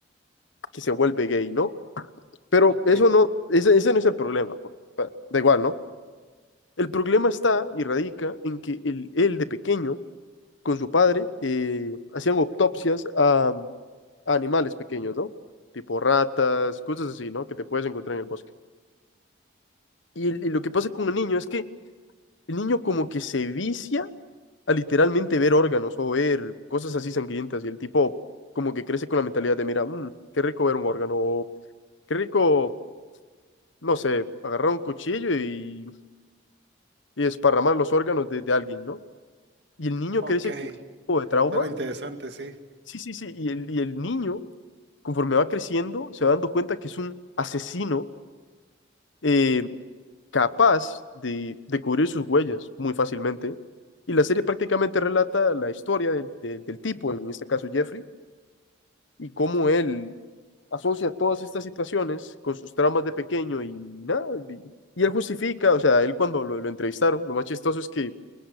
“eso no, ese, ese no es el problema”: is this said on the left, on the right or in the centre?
Left